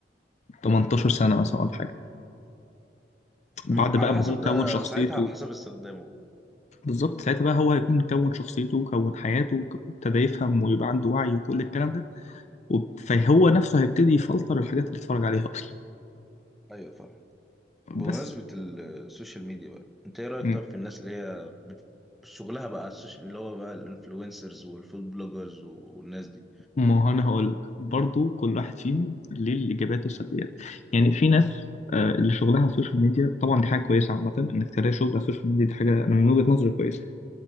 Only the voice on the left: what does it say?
18 سنه مثلا ولا حاجه بعد
بقى
ما هو كون
شخصيته
بالظبط ساعتها بقى هو هيكون كون شخصيته وكون حياته وك- وابتدى يفهم ويبقى عنده وعي وكل الكلام ده وب- فهو نفسه هيبتدي يفلتر الحاجات اللي اتفرج عليها اصلا
بس
مم.
ما هو انا هقول لك برضه كل واحد فيهم ليه الايجابيات والسلبيات يعني في ناس آه، اللي شغلها على السوشيال ميديا طبعا دي حاجه كويسه عامه انك تلاقي شغل على السوشيال ميديا دي حاجه أنا من وجهه نظري كويسه